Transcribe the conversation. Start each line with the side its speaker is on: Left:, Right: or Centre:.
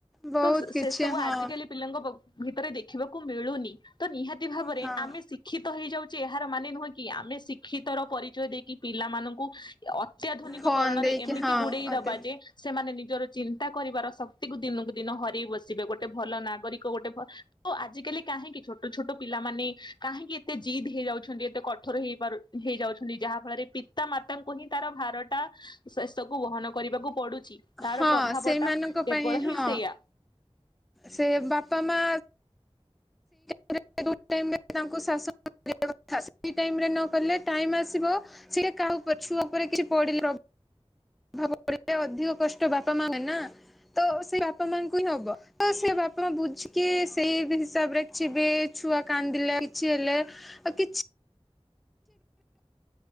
Centre: ବହୁତ
Left: ତ
Centre: କିଛି
Left: ସେ ସବୁ
Centre: ହଁ
Left: ଆଜିକାଲି ପିଲାଙ୍କ ଭିତରେ ଦେଖିବାକୁ ମିଳୁନି ତ ନିହାତି କି ଭାବରେ
Centre: ହଁ
Left: ଆମେ ଶିକ୍ଷିତ ତ ହେଇଯାଉଚି ଏହାର ମାନେ ନୁହେଁ କି ଆମେ ଶିକ୍ଷିତର ପରିଚୟ ଦେଇ କି ପିଲାମାନଙ୍କୁ ଅତ୍ୟାଧୁନିକ
Centre: ଫୋନ
Left: କରଣରେ
Centre: ଦେଇକି
Left: ଏମିତି
Centre: ହଁ
Left: ବୁଡେଇ
Centre: ଅତେ
Left: ଦବା ଯେ ସେମାନେ ନି ନିଜର ଚିନ୍ତା କରିବାର ଶକ୍ତିକୁ ଦିନକୁ ଦିନ ହରେଇ ବସିବେ ଗୋଟେ ଭଲ ନାଗରିକ ଗୋଟେ ଭଲ ତ ଆଜିକାଲି କାହିଁକି ଛୋଟ ଛୋଟ ପିଲାମାନେ କାହିଁକି ଏତେ ଜିଦ୍ ହେଇଯାଉଛନ୍ତି ଏତେ କଠୋର ହେଇ ପାରୁ ହେଇଯାଉଛନ୍ତି ଯାହା ଫଳରେ ପିତା ମାତାଙ୍କୁ ହିଁ ତାର ଭାର ତା ଶେଷକୁ ବହନ କରିବାକୁ ପଡୁଚି ତାର
Centre: ହଁ
Left: ପ୍ରଭାବ
Centre: ସେଇମାନଙ୍କ
Left: ଟା କେବଳ
Centre: ପାଇଁ
Left: ହିଁ
Centre: ହଁ
Left: ସେୟା।
Centre: ସେ ବାପା ମା <inaudible> ଜଣକୁ ଶାସନ କରିବା କଥା ସେଇ ଟାଇମରେ ନକଲେେ ଟାଇମ୍ ଆସିବ ସେ କାହା ଉପରେ ଛୁଆ ଉପରେ କିଛି ପଡ଼ିଲେ ରବ <inaudible> ଅଧିକ କଷ୍ଟ ବାପ ତ ମାନେନା ତ ସେ ବାପା ମାଙ୍କୁ ହିଁ ହବ ତ ସେ ବାପା ମା ବୁଝିକି ସେଇ ହିସାବ ରେ କିଛି ବି ଛୁଆ କାନ୍ଦିଲେ କିଛି ହେଲେ ଆଉ କିଛି